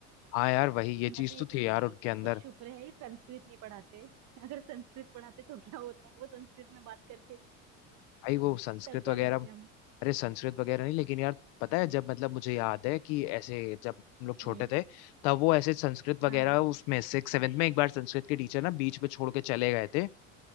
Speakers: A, on the left; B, on the right.
A: हाँ यार वही ये
B: मैं
A: चीज
B: तो ये
A: तो
B: सोचती
A: थी यार
B: थी
A: उनके
B: कि
A: अंदर
B: शुक्र है ये संस्कृत नहीं पढ़ाते अगर संस्कृत पढ़ाते तो क्या होता वो संस्कृत में बात करते
A: भाई वो संस्कृत
B: तब क्या
A: वगैरह
B: करते हम
A: अरे संस्कृत वगैरह नहीं लेकिन यार पता है जब मतलब मुझे याद है कि ऐसे जब हम लोग छोटे
B: हम्म
A: थे तब वो ऐसे संस्कृत वगैरह
B: हाँ हाँ
A: उसमें सिक्स सेवेंथ में एक बार संस्कृत के टीचर ना बीच में छोड़ के चले गए थे